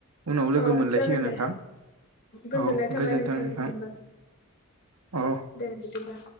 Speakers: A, on the right; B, on the left.
A: उनाव लोगो
B: औ
A: मोनलायसिगोन
B: जागोन दे
A: नोंथां
B: गोजोननाय
A: औ
B: थाबाय
A: गोजोनथों
B: नोंथांनिसिमबो
A: नोंथां औ
B: दे बिदिब्ला